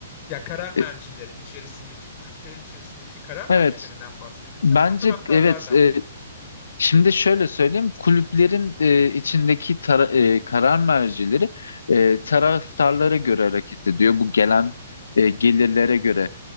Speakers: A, on the left; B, on the left.
A: Ya karar mercileri
B: E,
A: içerisindeki kulüplerin içerisindeki karar mercilerinden
B: evet,
A: bahsediyorsun
B: bence
A: yoksa taraftarlardan
B: evet. e,
A: mı?
B: şimdi şöyle söyleyeyim, kulüplerin e, içindeki tara- e, karar mercileri e, taraftarlara göre hareket ediyor. Bu gelen e, gelirlere göre.